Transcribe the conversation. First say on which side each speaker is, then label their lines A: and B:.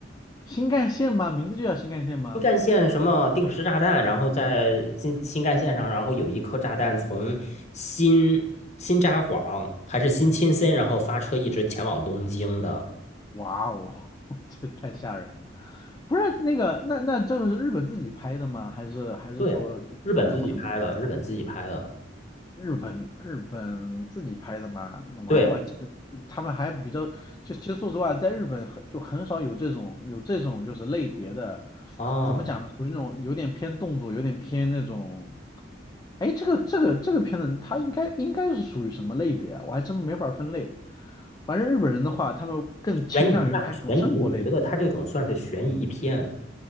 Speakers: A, on the left; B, on the left.
A: 新干线吗？名字就叫新干线吗？
B: 新干线什么定时炸弹，然后在新新干线上，然后有一颗炸弹从新新札幌还是新青森，然后发车一直前往东京的。
A: 哇哦，<laughs> 这太吓人了。不是那个，那那这个是日本自己拍的吗？还是还是说好莱坞什么？
B: 对，日本自己拍的，日本自己拍的。
A: 日本日本自己拍的嘛，那我还我还这本他们还比较，
B: 对。
A: 就其实说实话，在日本很就很少有这种有这种就是类别的，
B: 哦，
A: 怎么讲呢？属于那种有点偏动作，有点偏那种，哎，这个这个这个片子它应该应该是属于什么类别啊？我还真没法分类。反正日本人的话，他们更倾向于拍那种生活类的
B: 悬疑吧，悬疑，我觉得它这种算是悬疑片。